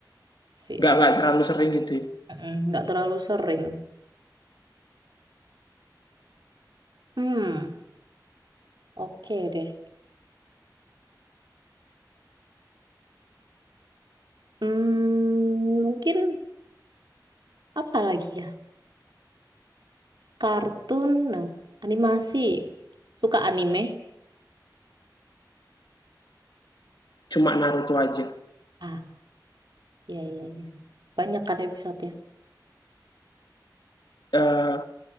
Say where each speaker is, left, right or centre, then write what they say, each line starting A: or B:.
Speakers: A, on the right (about 75°); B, on the left (about 75°).
A: sih.
B: nggak nggak terlalu sering gitu ya,
A: Mm, Enggak terlalu sering. Hmm, oke deh. Hmm, mungkin apa lagi ya? Kartun, nah, animasi. Suka anime?
B: cuma Naruto aja?
A: Ah, iya, iya, iya. Banyak kan episodenya.
B: Eee